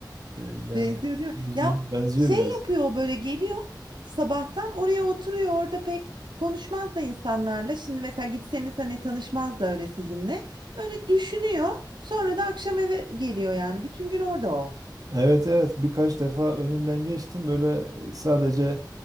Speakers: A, on the right; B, on the right.
A: Ee, Yani
B: Benziyor değil mi?
A: yüzünüz
B: Ya
A: benziyor
B: şey
A: biraz.
B: yapıyor o böyle geliyor sabahtan oraya oturuyor orada pek konuşmaz da insanlarla. Şimdi mesela gitseniz hani tanışmaz da öyle sizinle. Öyle düşünüyor sonra da akşam eve geliyor yani bütün gün orada o.
A: Evet evet birkaç defa önünden geçtim. Böyle e, sadece